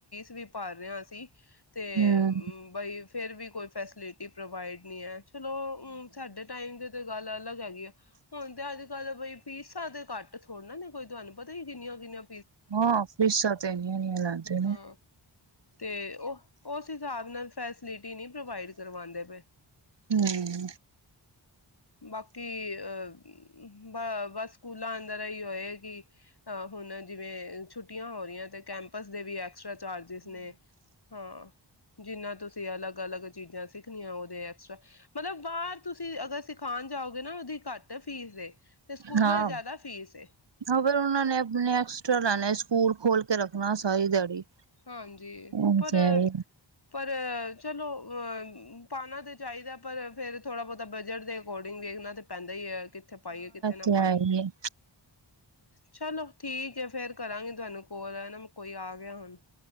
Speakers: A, on the left (about 55°); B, on the right (about 60°).
A: ਵੀ ਪਰ ਰੇ ਆ ਅੱਸੀ ਤੇ
B: ਹਮ
A: ਬਈ ਫਿਰ ਵੀ ਕੋਈ ਫੈਸਿਲਿਟੀ ਪ੍ਰੋਵਾਈਡ ਨਹੀਂ ਹੈ। ਚਲੋ ਸਾਡੇ ਟਾਈਮ ਦੇ ਤੇ ਗੱਲ ਅਲੱਗ ਹੈਗੀ ਆ। ਹੁਣ ਤੇ ਅੱਜ ਕੱਲ ਬਈ ਫੀਸਾਂ ਤੇ ਘੱਟ ਥੋੜ੍ਹਾ ਨੇ ਕੋਈ ਤੁਹਾਨੂੰ ਪਤਾ ਹੀ ਕਿੰਨੀਆਂ-ਕਿੰਨੀਆਂ
B: ਹਾਂ ਫੀਸਾਂ ਤੇ ਲਾਂਦੇ
A: ਹਾਂ ਤੇ ਉਹ ਉਸ ਹਿਸਾਬ ਨਾਲ ਫੈਸਿਲਿਟੀ ਨਹੀਂ ਪ੍ਰੋਵਾਡ ਕਰਵਾਉਂਦੇ ਪਏ।
B: ਹਮ
A: ਬਾਕੀ ਅਹ ਬ ਬਸ ਸਕੂਲਾਂ ਅੰਦਰ ਅਹੀ ਏ ਅਹ ਹੁਣ ਜਿਵੇਂ ਛੁੱ ਹੋ ਰਹੀਆਂ ਤੇ ਕੈਂਪਸ ਦੇ ਵੀ ਆ ਐਕਸਟਰਾ ਚਾਰਜਿਸ ਨੇ ਹਾਂ। ਜਿੰਨਾ ਤੁਸੀਂ ਅਲੱਗ-ਅਲੱਗ ਚੀਜ਼ਾਂ ਸਿੱਖਣੀਆਂ ਉਹਦੇ ਐਕਸਟਰਾ ਮਤਲਬ ਬਾਹਰ ਤੁਸੀਂ ਅਗਰ ਸਿਖਾਉਣ ਜਾਓਗੇ ਨਾ ਉਹਦੀ ਘੱਟ ਫੀਸ ਏ ਤੇ ਸਕੂਲਾਂ
B: ਹਾਂ
A: ਜ਼ਿਆਦਾ
B: ਹ
A: ਫੀਸ ਏ
B: ਫਰ ਉਹਨਾਂ ਨੇ ਆਪਣੇ ਐਕਸਟ੍ਰਾ ਲੈਣੇ ਸਕੂਲ ਖੋਲ ਕੇ ਰੱਖਣਾ ਸਾਰੀ ਦਿਹਾੜੀ
A: ਹਾਂਜੀ
B: ਹਾਂ
A: ਪਰ-ਪਰ
B: ਇਹ
A: ਚਲੋ ਪਾਨਾ ਤੇ ਚਾਹੀਦਾ ਪਰ ਫਿਰ ਥੋੜਾ ਬਹੁਤਾ ਬਜਟ ਦੇ ਅਕੋਰਡਿੰਗ ਦੇਖਣਾ ਤੇ ਪੈਂਦਾ ਹੀ ਹ ਇੱਥੇ ਪਾਈਏ ਕਿੱਥੇ ਨਾ
B: ਤੇ ਹੈ
A: ਪਾਈ
B: ਹੀ ਹੈ
A: ਚਲੋ ਠੀਕ ਹ ਫਿਰ ਕਰਾਂਗੇ ਤੁਹਾਨੂੰ ਕਾਲ ਕੋਈ ਆ ਗਿਆ ਹੁਣ